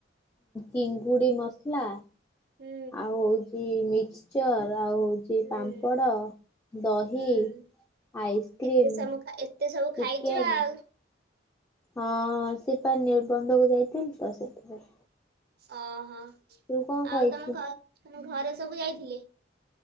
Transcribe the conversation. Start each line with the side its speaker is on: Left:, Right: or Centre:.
Left: ଚିଙ୍ଗୁଡ଼ି ମସଲା
Right: ହୁଁ
Left: ଆଉ ହଉଛି ମିକ୍ସଚର ଆଉ ହଉ ଛି
Right: ହୁଁ
Left: ପାମ୍ପଡ଼, ଦହି,
Right: ହୁଁ
Left: ଆଇସ୍କ୍ରିମ୍
Right: ଏତେ ସବୁ ଏତେ ସବୁ
Left: ଚିକେନ
Right: ଖାଇଛ ଆଉ
Left: ହଁ ସେ ପା ନିର୍ବନ୍ଧକୁ ଯାଇଥିଲି ତ ସେଥିପାଇଁ।
Right: ଓହୋ ଆଉ
Left: ତୁ କଣ ଖାଇଛୁ
Right: ତମ ଘ ତମ ଘରେ ସବୁ ଯାଇଥିଲେ?